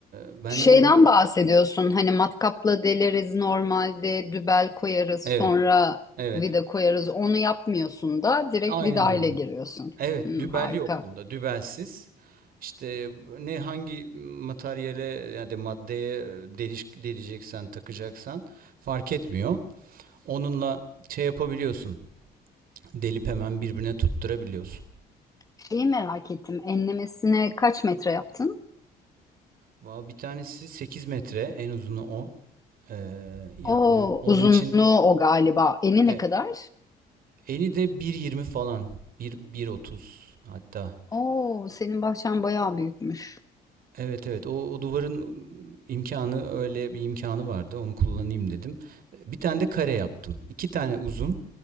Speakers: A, on the right; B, on the left.
A: ben
B: Şeyden
A: de yeni...
B: bahsediyorsun hani matkapla deleriz normalde dübel koyarız
A: Evet.
B: sonra
A: Evet.
B: vida koyarız onu yapmıyorsun da direkt
A: Aynen
B: vida ile
A: öyle.
B: giriyorsun.
A: Evet,
B: Hı,
A: dübel
B: harika.
A: yok bunda. Dübelsiz. İşte ne hangi materyale yani de maddeye deliş, deleceksen, takacaksan fark etmiyor. Onunla şey yapabiliyorsun. Delip hemen birbirine tutturabiliyorsun.
B: Şeyi merak ettim enlemesine kaç metre yaptın?
A: Valla Bir tanesi 8 metre en uzunu o. Ee, yani
B: O
A: on- onun
B: uzunluğu
A: için
B: o galiba. Eni
A: e,
B: ne kadar?
A: eni de bir yirmi falan. bir 1.30 hatta.
B: Oo, senin bahçen bayağı büyükmüş.
A: Evet evet o, o duvarın imkanı öyle bir imkanı vardı onu kullanayım dedim. Bir tane de kare yaptım. İki tane uzun